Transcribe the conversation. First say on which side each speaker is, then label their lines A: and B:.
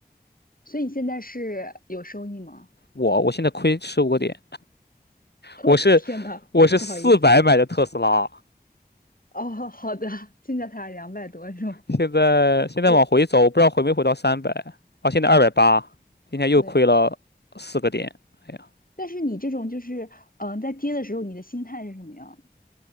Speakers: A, on the left (about 60°); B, on the left (about 85°).
A: 所以你现在是有收益吗？
B: 我我现在亏十五个点，
A: <laughs> 哦，
B: 我是
A: 天呐，
B: 我是四百买的特斯拉，
A: 不好意思。哦，好的，现在才两百多是吗？
B: 现在现在往回走，
A: 我
B: 我不知道回没回到三百，啊，现在二百八，今天又亏了四个点。
A: 对，
B: 哎呀。
A: 但是你这种就是嗯、呃在跌的时候，你的心态是什么样的？